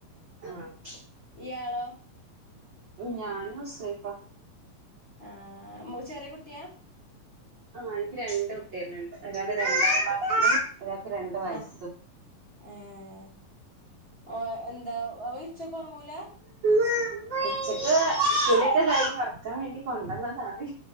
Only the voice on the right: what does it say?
ആഹ്
ഞാന ഉസൈഫ
ആ എനിക്ക് രണ്ട് കുട്ടിക ഉണ്ട് ഒരാള് രണ്ടാം ക്ലാസിലും ഒരാൾക്ക് രണ്ട് വയസ്സും
ഉച്ചക്ക് ഇലൊക്കെ കൈ ഇറക്കാൻ വേണ്ടി കൊണ്ടുവന്നതാണ്